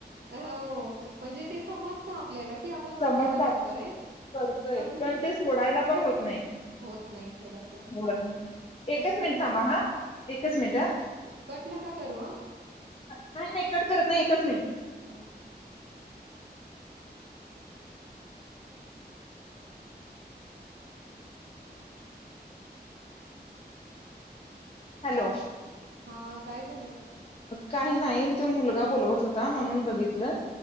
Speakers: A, on the right; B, on the left.
A: हो म्हणजे ते समजत आपल्याला की आपण चुकीच
B: समजतात
A: करतोय.
B: करतोय
A: पण
B: ते सोडायला पण होत नाही.
A: होत नाही सोडायला.
B: होय.
A: कशी
B: एकच मिनिट
A: आहे ना,
B: थांबा हा एकच मिनिट.
A: कट नका करू अ.
B: नाही नाही कट करत नाही एकच मिनिट.
A: हो.
B: हॅलो.
A: हा काय झालं.
B: काही नाही म तो मुलगा बोलवत होता म्हणून बघितलं.